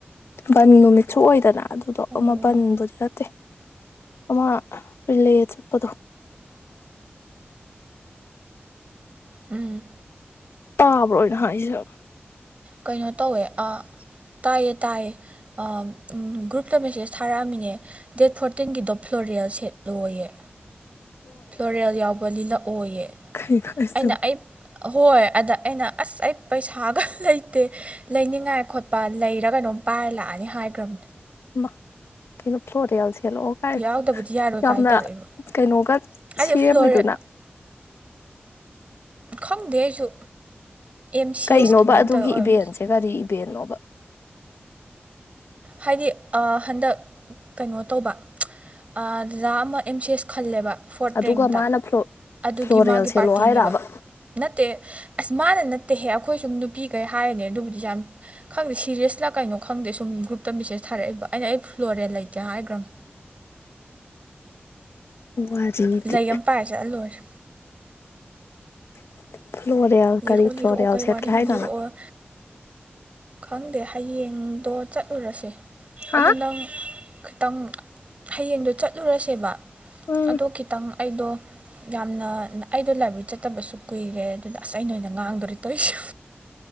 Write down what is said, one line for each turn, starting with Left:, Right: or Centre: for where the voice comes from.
Left: ꯕꯟ ꯅꯨꯃꯤꯠꯁꯨ ꯑꯣꯏꯗꯅ ꯑꯗꯨꯗꯣ
Right: ꯑꯣ
Left: ꯃꯥꯄꯟꯕꯨꯗꯤ ꯅꯠꯇꯦ ꯑꯃ ꯔꯤꯂꯦ ꯆꯠꯄꯗꯣ
Right: ꯎꯝ
Left: ꯇꯥꯕ꯭ꯔꯣ ꯑꯩꯅ ꯍꯥꯏꯁꯦ
Right: ꯀꯩꯅꯣ ꯇꯧꯋꯦ ꯑꯥ ꯇꯥꯏꯌꯦ ꯇꯥꯏꯌꯦ ꯑꯥ ꯎꯝ ꯒ꯭ꯔꯨꯞꯇ ꯃꯦꯁꯦꯁ ꯊꯥꯔꯛꯑꯃꯤꯅꯦ ꯗꯦꯠ ꯐꯣꯔꯇꯤꯟꯒꯤꯗꯣ ꯐ꯭ꯂꯣꯔꯦꯜ ꯁꯦꯠꯂꯣꯌꯦ ꯐ꯭ꯂꯣꯔꯦꯜ ꯌꯥꯎꯕ ꯂꯤꯅꯛ ꯑꯣꯏꯌꯦ
Left: ꯀꯩꯅꯣ ꯍꯥꯏꯁꯤ
Right: ꯑꯩꯅ ꯑꯩ ꯍꯣꯏ ꯑꯗ ꯑꯩꯅ ꯑꯁ ꯑꯩ ꯄꯩꯁꯥꯒ ꯂꯩ ꯇꯦ ꯂꯩꯅꯤꯡꯉꯥꯏ ꯈꯣꯠꯄ ꯂꯩꯔ ꯒꯩꯅꯣꯝ ꯄꯥꯏꯔ ꯂꯥꯛꯑꯅꯤ ꯍꯥꯏꯒ꯭ꯔꯝꯅꯦ
Left: ꯃ ꯀꯩꯅꯣ ꯐ꯭ꯂꯣꯗ ꯌꯥꯎꯁꯤ ꯍꯦꯜꯂꯛꯑꯣꯒꯥꯏ
Right: ꯌꯥꯎꯗꯕꯗꯤ ꯌꯥꯔꯣꯏ
Left: ꯌꯥꯝꯅ
Right: ꯀꯥꯏꯅ ꯇꯧꯔꯛꯑꯦꯕ
Left: ꯀꯩꯅꯣꯒ
Right: ꯍꯥꯏꯗꯤ
Left: ꯁꯦꯝꯃꯤꯗꯨꯅ
Right: ꯐ꯭ꯂꯣꯔꯦꯜ ꯈꯪꯗꯦ ꯑꯩꯁꯨ ꯑꯦꯝ ꯁꯤ
Left: ꯀꯩꯅꯣꯕ
Right: ꯑꯦꯁꯀꯤꯅꯦꯅ
Left: ꯑꯗꯨꯒꯤ
Right: ꯇꯧꯔ ꯑꯣꯏꯔꯝꯅꯤ
Left: ꯏꯚꯦꯟꯁꯦ ꯀꯔꯤ ꯏꯚꯦꯟꯅꯣꯕ
Right: ꯍꯥꯏꯗꯤ ꯑ ꯍꯟꯗꯛ ꯀꯩꯅꯣ ꯇꯧꯕ ꯑ ꯗꯗꯥ ꯑꯃ ꯑꯦꯝ ꯁꯤ ꯑꯦꯁ ꯈꯜꯂꯦꯕ ꯐꯣꯔꯠ
Left: ꯑꯗꯨꯒ
Right: ꯔꯦꯡꯇ
Left: ꯃꯥꯅ ꯐ꯭ꯂꯣ
Right: ꯑꯗꯨꯒꯤ
Left: ꯐ꯭ꯂꯣꯔꯦꯜ
Right: ꯃꯥꯒꯤ
Left: ꯁꯦꯠꯂꯣ
Right: ꯄꯥꯔꯇꯤꯅꯦꯕ
Left: ꯍꯥꯏꯔꯕ
Right: ꯅꯠꯇꯦ ꯑꯁ ꯃꯥꯅ ꯅꯠꯇꯦꯍꯦ ꯑꯩꯈꯣꯏ ꯁꯨꯝ ꯅꯨꯄꯤꯈꯩ ꯍꯥꯏꯔꯤꯅꯦ ꯑꯗꯨꯕꯨꯗꯤ ꯌꯥꯝ ꯈꯪꯗꯦ ꯁꯤꯔꯤꯌꯦꯁꯂ ꯀꯩꯅꯣ ꯈꯪꯗꯦ ꯁꯨꯝ ꯒ꯭ꯔꯨꯞ ꯇ ꯃꯦꯁꯦꯁ ꯊꯥꯔꯛꯏꯕ ꯑꯩꯅ ꯑꯩ ꯐ꯭ꯂꯣꯔꯦꯜ ꯂꯩꯇꯦ ꯍꯥꯏꯒ꯭ꯔꯝ
Left: ꯋꯥꯖꯅꯤꯗꯤ
Right: ꯂꯩ ꯑꯃ ꯄꯥꯏꯔ ꯆꯠꯂ ꯂꯣꯏꯔꯦ
Left: <inaudible>
Right: ꯂꯤꯔꯛꯑꯣ
Left: ꯀꯔꯤ
Right: ꯂꯤꯔꯛꯑꯣ
Left: ꯐ꯭ꯂꯣꯔꯦꯜ
Right: ꯀꯩ
Left: ꯁꯦꯠꯀꯦ
Right: ꯋꯥꯔꯤꯅꯣ
Left: ꯍꯥꯏꯅꯣ
Right: ꯂꯤꯔꯛꯑꯣ
Left: ꯅꯪ
Right: ꯈꯪꯗꯦ ꯍꯌꯦꯡꯗꯣ ꯆꯠꯂꯨꯔꯁꯦ
Left: ꯍꯥ
Right: ꯑꯗꯨ ꯅꯪ ꯈꯤꯇꯪ ꯍꯌꯦꯡꯗꯣ ꯆꯠꯂꯨꯔꯁꯦꯕ
Left: ꯎꯝ
Right: ꯑꯗꯣ ꯈꯤꯇꯪ ꯑꯩꯗꯣ ꯌꯥꯝꯅ ꯑꯩꯗꯣ ꯂꯥꯏꯕ꯭ꯔꯦꯔꯤ ꯆꯠꯇꯕꯁꯨ ꯀꯨꯏꯔꯦ ꯑꯗꯨꯗ ꯑꯁ ꯑꯩꯅ ꯑꯣꯏꯅ ꯉꯥꯡꯗꯣꯔꯦ ꯇꯧꯁꯩ